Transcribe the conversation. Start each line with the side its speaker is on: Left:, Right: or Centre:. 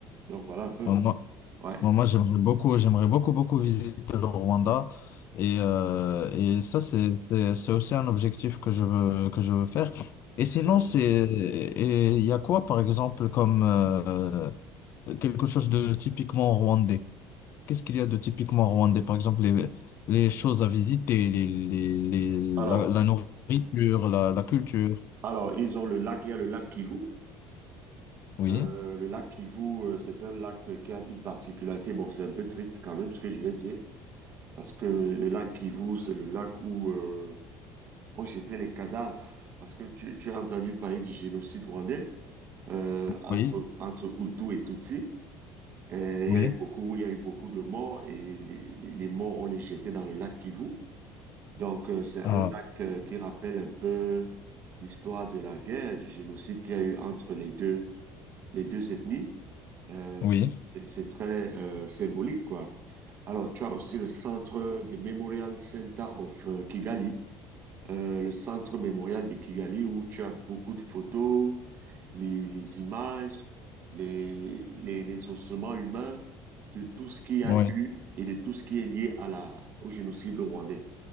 Right: Donc, voilà un peu.
Left: On, Moi,
Right: Ouais,
Left: moi, j'aimerais beaucoup, j'aimerais beaucoup, beaucoup visiter le Rwanda. Et, euh, et ça, c'est, c'est c'est aussi un objectif que je veux, que je veux faire. Et sinon,
Right: ouais.
Left: c'est, et il y a quoi, par exemple, comme euh, quelque chose de typiquement rwandais? Qu'est-ce qu'il y a de typiquement rwandais? Par exemple, les, les choses à visiter, les, les, les,
Right: Alors,
Left: la, la nourriture, la, la culture.
Right: alors, ils ont le lac, il y a le lac Kivu.
Left: Oui,
Right: Euh, le lac Kivu, euh, c'est un lac euh, qui a une particularité. Bon, c'est un peu triste quand même ce que je vais dire, parce que le lac Kivu, c'est le lac où, euh, On jetait les cadavres parce que tu, tu as entendu parler du génocide rwandais euh, entre,
Left: oui,
Right: entre Hutus et Tutsis. Euh,
Left: oui.
Right: Il y a eu beaucoup, il y a eu beaucoup de morts et les, les- les morts, on les jetait dans le lac Kivu. Donc, euh, c'est
Left: Ah,
Right: un lac euh, qui rappelle un peu l'histoire de la guerre, du génocide qu'il y a eu entre les deux, les deux ethnies. Euh,
Left: oui,
Right: c'est c'est très euh, symbolique, quoi. Alors, tu as aussi le centre de Memorial Center of euh, Kigali euh, le centre mémorial de Kigali où tu as beaucoup de photos, les, les images, les, les, les ossements humains de tout ce qu'il y a
Left: oui,
Right: eu et de tout ce qui est lié à la, au génocide rwandais.